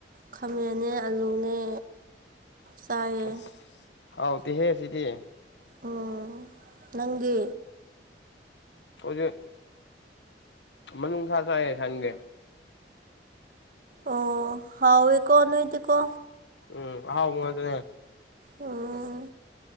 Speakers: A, on the right; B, on the left.
A: ꯈꯥꯃꯦꯟꯅꯦ ꯑꯂꯨꯅꯦ ꯆꯥꯏꯌꯦ
B: ꯑꯁ ꯍꯥꯎꯗꯤꯤ ꯍꯦ ꯁꯤꯗꯤ
A: ꯎꯝ ꯅꯪꯗꯤ
B: ꯑꯣꯖꯤ ꯃ ꯊꯥꯁꯌꯦ ꯁꯪꯒꯦ
A: ꯑꯣ ꯍꯥꯎꯦꯀꯣꯅꯨꯡꯣꯏꯇꯀꯣ
B: ꯎꯝ ꯍꯥꯎꯗꯅꯦꯦ
A: ꯑꯣꯥ